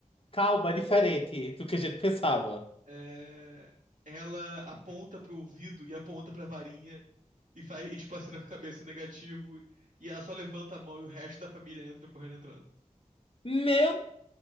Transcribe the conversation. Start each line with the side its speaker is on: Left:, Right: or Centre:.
Left: Calma, é diferente do que a gente pensava.
Right: É, ela aponta pro ouvido e aponta pra varinha e faz, e, tipo, acena com a cabeça negativo. E ela só levanta a mão e o resto da família entra correndo entrando.
Left: Meu